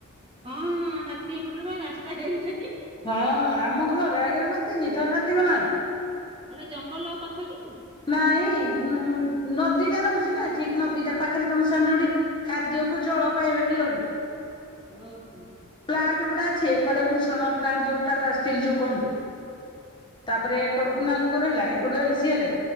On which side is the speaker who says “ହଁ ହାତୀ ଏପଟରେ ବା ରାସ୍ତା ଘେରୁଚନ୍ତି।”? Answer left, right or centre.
Right